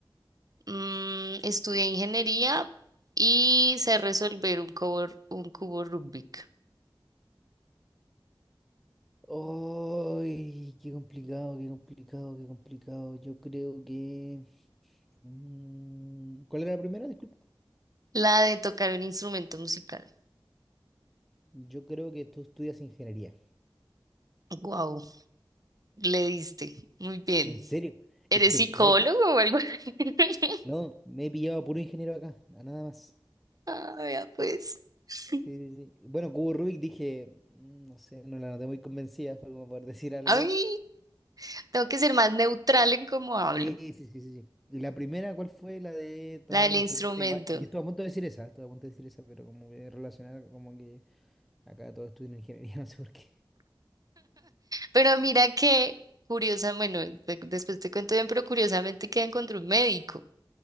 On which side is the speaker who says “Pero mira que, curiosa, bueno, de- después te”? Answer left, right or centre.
Right